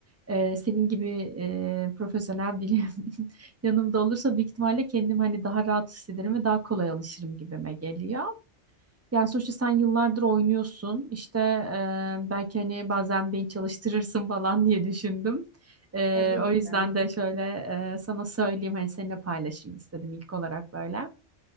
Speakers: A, on the right; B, on the left.
A: e, senin gibi e, profesyonel biri <laughs> yanımda olursa büyük ihtimalle kendim hani daha rahat hissederim ve daha kolay alışırım gibime geliyor. Yani sonuçta sen yıllardır oynuyorsun. İşte e, belki hani bazen beni çalıştırırsın falan diye düşündüm. E,
B: Tabii
A: o
B: ki
A: yüzden
B: de.
A: de şöyle e, sana söyleyeyim hani seninle paylaşayım istedim ilk olarak böyle.